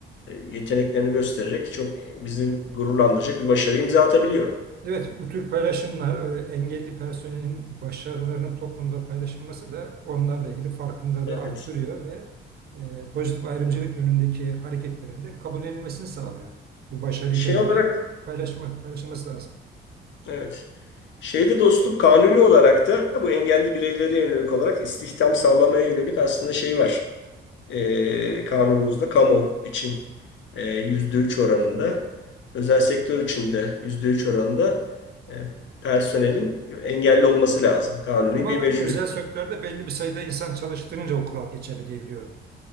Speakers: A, on the left; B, on the right.
A: yeteneklerini göstererek çok bizim gururlandıracak bir başarı imza atabiliyor.
B: Evet, bu tür paylaşımlar e, engelli personelin başarılarının toplumda paylaşılması da onlarla ilgili farkındalığı
A: Evet.
B: arttırıyor ve e, pozitif ayrımcılık yönündeki hareketlerin de kabul edilmesini sağlıyor. Bu başarı
A: Şey
B: hikayeleri
A: olarak
B: paylaşma, paylaşılması lazım.
A: evet. Şeyde dostum kanuni olarak da bu engelli bireylere yönelik olarak istihdam sağlamaya yönelik aslında şey var. e, kanunumuzda kamu için e, %3 oranında, özel sektör için de %3 oranında e, personelin engelli olması lazım. Kanuni
B: Ama
A: bir mecburiyet.
B: özel sektörde belli bir sayıda insan çalıştırınca o kural geçerli diye biliyorum.